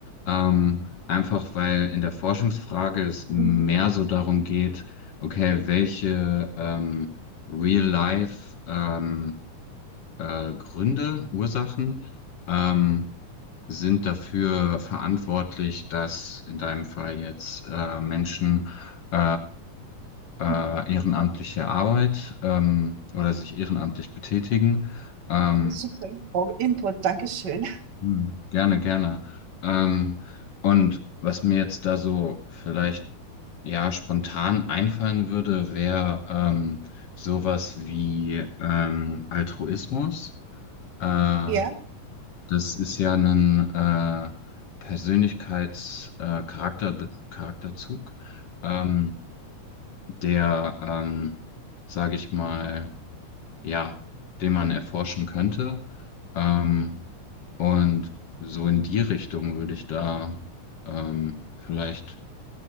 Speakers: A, on the left; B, on the right.
A: Ähm, einfach weil in der Forschungsfrage es mehr
B: Mhm,
A: so darum geht, okay, welche ähm, Real-Life ähm, äh, Gründe, Ursachen ähm, sind dafür verantwortlich, dass in deinem Fall jetzt äh, Menschen äh, äh,
B: mhm.
A: ehrenamtliche Arbeit ähm, oder sich ehrenamtlich betätigen. Ähm,
B: Super Info- Input, Dankeschön.
A: hm, gerne, gerne. Ähm, und was mir jetzt da so vielleicht ja spontan einfallen würde, wäre ähm, sowas wie ähm, Altruismus. Äh,
B: Ja,
A: Das ist ja ein äh, Persönlichkeits-, äh, Charakter, Charakterzug, ähm, der, ähm, sage ich mal, ja, den man erforschen könnte. Ähm, und so in die Richtung würde ich da ähm, vielleicht